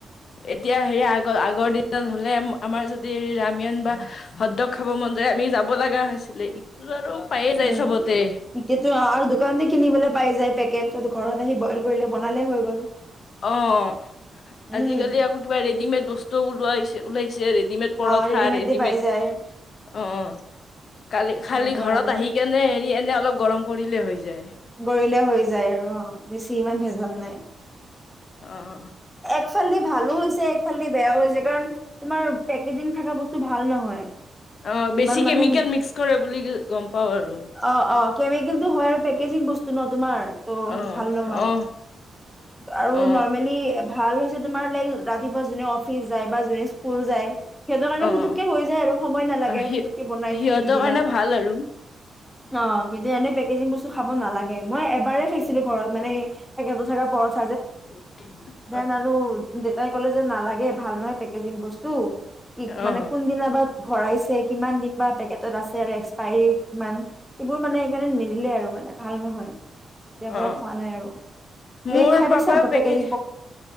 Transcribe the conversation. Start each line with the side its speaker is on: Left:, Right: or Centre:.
Left: এতিয়া হেৰি আগৰ আগৰ দিনত হলে আমাৰ যদি হেৰি ৰাম্যান বা হত ডগ খাব মন যায় আমি যাব লগা হৈছিলে ইটো আৰু পায়ে যায়
Centre: উম
Left: চবতে
Centre: কি আৰু দোকানতে কিনিবলে পাই যায় পেকেট ত ঘৰত আহি বইল কৰিলে বনালে হৈ গল
Left: অ',
Centre: উম
Left: আজিকালি আকৌ কিবা ৰেডিমেড বস্তু ওলাইছে ওলাইছে আৰু ৰেডিমেড পৰঠা
Centre: অ ৰেডিমেডে
Left: ৰেডিমেড
Centre: পাই যায়
Left: অ', কালি
Centre: সেনেকুৱা
Left: খালি ঘৰত
Centre: আৰু
Left: আহি কেনে নি এনে অলপ গৰম কৰিলেই হৈ যায়।
Centre: কৰিলে হৈ যায় আৰু অ। বেছি ইমান ভেজাল নাই।
Left: অ।
Centre: একফালে ভালো হৈছে, একফাল দি বেয়াও হৈছে কাৰণ তোমাৰ পেকেজিং থকা বস্তু ভাল নহয়।
Left: অ
Centre: <unintelligible>
Left: বেছি
Centre: মানে
Left: কেমিকেল মিক্স কৰে বুলি গম পাওঁ আৰু
Centre: অ', অ', কেমিকেলটো হয়, আৰু তোমাৰ পেকেজিং বস্তু, বস্তু ন তোমাৰ
Left: অ
Centre: ভাল নহয়।
Left: অ
Centre: আৰু
Left: অ
Centre: নৰমেলি ভাল হৈছে তোমাৰ লাইক ৰাতিপুৱা যোনে অফিচ যায় বা যোনে কুল যায়‌, সিহঁতৰ কাৰনে
Left: অ
Centre: পুটোকে হৈ যায় আৰু সময় নালাগে
Left: সি
Centre: পুটোকে বনাই
Left: সিহঁতৰ
Centre: তুমি দি দিলা।
Left: কাৰণে ভাল আৰু
Centre: অ', কিন্তু এনেই পেকেজিং বস্তু খাব নালাগে, মই তোমাৰ এবাৰে খাইছি ঘৰত মানে পেকেটো থকাৰ <unintelligible>
Left: স <inaudible>
Centre: দেন আৰু দেতাই ক'লে যে, নালাগে ভাল নহ পেকেজিং বস্তু কি মানে
Left: অ
Centre: কোনদিনা বা ভৰাইছে কিমান দিন বা পেকেটত আছে আৰু এক্সপায়ৰী কিমান সেইবোৰ মানে নিদিলে আৰু মানে ভাল নহয় তেতিয়া পৰা
Left: অ
Centre: খোৱা নাই আৰু তুমি
Left: মোৰ
Centre: খাই পাইছা?
Left: পাপাৰ
Centre: বাপেকে
Left: পেকেজ
Centre: যি